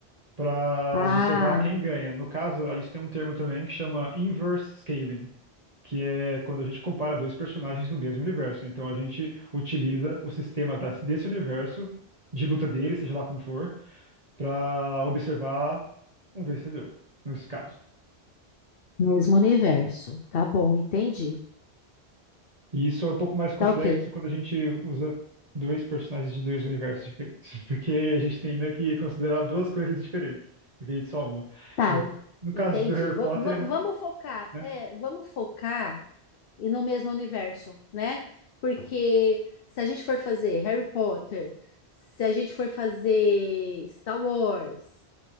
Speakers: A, on the right; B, on the left.
A: para
B: Ah.
A: observar quem ganha. No caso, isso tem um termo também que chama inverse scaling que é quando a gente compara dois personagens do mesmo universo. Então a gente utiliza o sistema das- desse universo, de luta dele, seja lá como for, para observar um vencedor, nesse caso.
B: Mesmo universo. Tá bom, entendi.
A: E isso é um pouco mais complexo
B: Tá ok.
A: quando a gente usa dois personagens de dois universos diferentes, <laughs> porque a gente tem, né, que considerar duas coisas diferentes, em vez de só uma.
B: Tá,
A: Mas no caso
B: entendi.
A: do Harry
B: Va-
A: Potter
B: va-
A: é muito,
B: vamos
A: f-
B: focar,
A: né?
B: é, vamos focar e no mesmo universo, né? Porque se a gente for fazer Harry Potter, se a gente for fazer Star Wars,